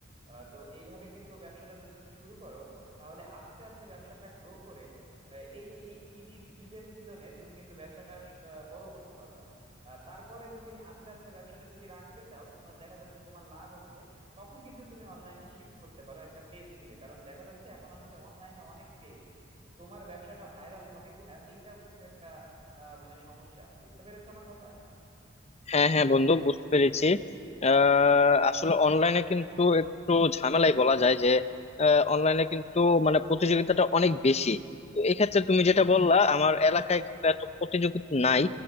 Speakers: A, on the right (about 30°); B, on the left (about 35°).
A: আহ, তো এইভাবে কিন্তু ব্যবসাটা যদি তুমি শুরু করো তাহলে আস্তে আস্তে ব্যবসাটা গ্রো করে আহ, এই যে ঈদ ঈদ ঈদের সিজনে তুমি কিন্তু ব্যবসাটা আহ, বড় করতে পারবা আহ, তারপরে তুমি আস্তে আস্তে ব্যবসাটা যদি রাখতে চাও তোমার দেখা যাচ্ছে তোমার লাভ হচ্ছে তখন কিন্তু তুমি অনলাইনে শিফট করতে পারো একটা পেজ খুলে কারণ দেখা যাচ্ছে এখন আসলে অনলাইনে অনেক পেজ তো তোমার ব্যবসাটা ভাইরাল হবে কিনা এইটাও কিন্তু একটা আহ মানে সমস্যা বুঝতে পেরেছো আমার কথা
B: হ্যাঁ হ্যাঁ বন্ধু বুঝতে পেরেছি আহ, আসলে অনলাইনে কিন্তু একটু ঝামেলাই বলা যায় যে অনলাইনে কিন্তু মানে প্রতিযোগিতাটা অনেক বেশি তো এক্ষেত্রে তুমি যেটা বললা আমার এলাকায় কিন্তু এত প্রতিযোগিতা নাই